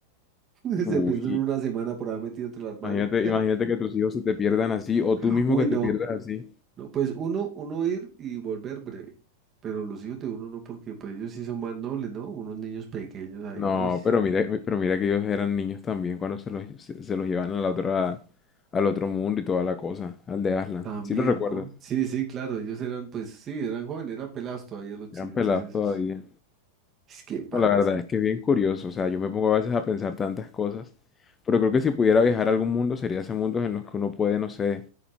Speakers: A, on the right; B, on the left.
A: <laughs>
B: Uy,
A: Se pierden una semana por haber metido entre el armario.
B: imagínate, imagínate que tus hijos se te pierdan así o
A: <laughs>
B: tú mismo
A: Uy,
B: que te
A: no.
B: pierdas así.
A: No, pues uno, uno ir y volver breve, pero los hijos de uno no, porque pues ellos sí son más nobles, ¿no? Unos niños pequeños ahí,
B: No,
A: ¿no? uy,
B: pero mira, pero mira que ellos eran niños también cuando se los, se, se los llevan a la otra, al otro mundo y toda la cosa, al de Aslan.
A: también,
B: Si lo recuerdas,
A: ¿no? Sí, sí, claro, ellos eran, pues sí, eran jóvenes, eran pelados todavía los chinitos
B: eran pelados
A: esos.
B: todavía.
A: Es que parche.
B: No, la verdad es que es bien curioso, o sea, yo me pongo a veces a pensar tantas cosas, pero creo que si pudiera viajar a algún mundo sería ese mundo en los que uno puede, no sé,